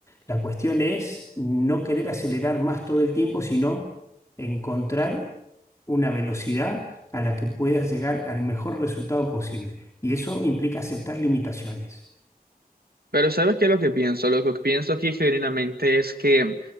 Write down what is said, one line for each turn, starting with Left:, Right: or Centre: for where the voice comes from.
Left: La cuestión es no querer acelerar más todo el tiempo, sino encontrar una velocidad a la que puedas llegar al mejor resultado posible. Y eso implica aceptar limitaciones.
Right: Pero ¿sabes qué es lo que pienso? Lo que pienso aquí genuinamente es que,